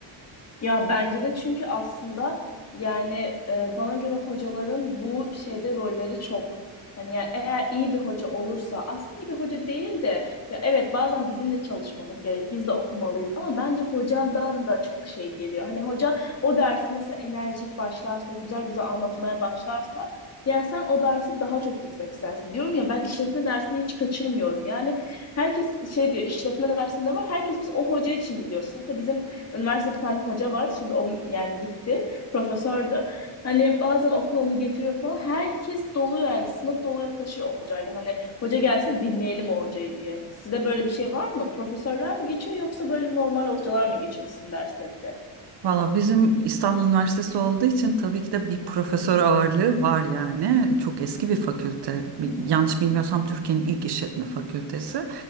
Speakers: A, on the left (about 30°); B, on the right (about 55°).
A: Ya bence de çünkü aslında yani e, bana göre hocaların bu şeyde rolleri çok. Hani yani eğer iyi bir hoca olursa aslında iyi bir hoca değil de ya evet bazen bizim de çalışmamız gerek. Biz de okumalıyız ama bence hocadan da çok şey geliyor. Hani hoca o dersi mesela enerjik başlarsa, güzel güzel anlatmaya başlarsa yani sen o dersi daha çok gitmek istersin. Diyorum ya ben işletme dersini hiç kaçırmıyorum. Yani herkes şey diyor işletme dersinde var. Herkes biz o hoca için gidiyoruz. Hatta bizim Üniversite bir tane hoca var. Şimdi o yani gitti. Profesördü. Hani bazen okul onu getiriyor falan. Herkes doluyor yani. Sınıf doluyor taşıyor o hocayla. Hani hoca gelsin dinleyelim o hocayı diye. Size böyle bir şey var mı? Profesörler mi geçiyor yoksa böyle normal hocalar mı geçiyor sizin derslerde?
B: Valla bizim İstanbul Üniversitesi olduğu için tabii ki de bir profesör ağırlığı var yani. Çok eski bir fakülte. Bi- Yanlış bilmiyorsam Türkiye'nin ilk işletme fakültesi.